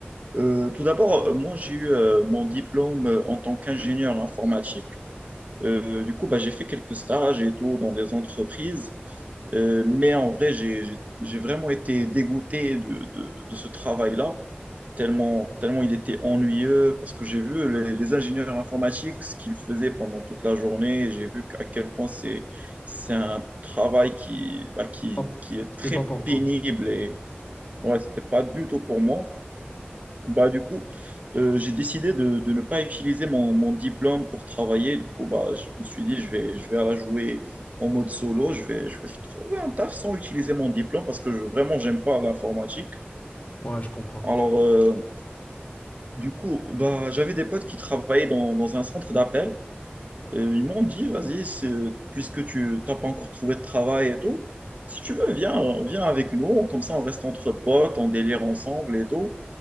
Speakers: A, on the right; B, on the left.
A: Euh, tout d'abord, euh, moi j'ai eu euh, mon diplôme euh, en tant qu'ingénieur informatique. Euh, du coup, bah, j'ai fait quelques stages et tout dans des entreprises, Euh, mais en vrai, j'ai, j'ai- j'ai vraiment été dégoûté de, de- de ce travail-là, tellement, tellement il était ennuyeux, parce que j'ai vu les, les ingénieurs informatiques, ce qu'ils faisaient pendant toute la journée, et j'ai vu à quel point c'est, c'est un travail qui, bah, qui,
B: Hop,
A: qui est
B: c'était
A: très
B: pas pour toi.
A: pénible, et ouais, c'était pas du tout pour moi. Bah, du coup, euh, j'ai décidé de, de ne pas utiliser mon, mon diplôme pour travailler. Du coup, bah, je me suis dit, je vais, je vais la jouer en mode solo. Je vais, je vais trouver un taf sans utiliser mon diplôme parce que je, vraiment, j'aime pas l'informatique.
B: Ouais, je comprends.
A: Alors, euh, du coup, bah, j'avais des potes qui travaillaient dans, dans un centre d'appel. Euh, ils m'ont dit, vas-y, c'est- puisque tu n'as pas encore trouvé de travail et tout, si tu veux, viens, viens avec nous. Comme ça, on reste entre potes, on délire ensemble et tout.